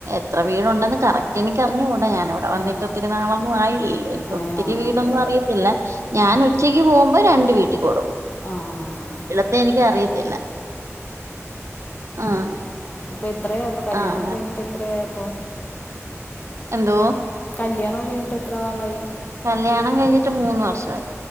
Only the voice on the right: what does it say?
എത്ര വീടുണ്ടെന്ന് കറക്റ്റ് എനിക്കറിഞ്ഞുകൂടാ ഞാനിവിടെ വന്നിട്ട്
ഒത്തിരി നാളൊന്നും ആയിലാല്ലോ എനിക്ക്
ഒത്തിരി വീ വിടൊന്നും
അറിയത്തില്ല ഞാൻ ഉച്ചയ്ക്ക് പോകുമ്പോ രണ്ട് വീട്ടികൊടുക്കും
അത് എനിക്ക് അറിയത്തില്ല ആഹ്
ആഹ്
എന്തോ
കല്യാണം കഴിഞ്ഞിട്ട് മൂന്ന് വർഷവായി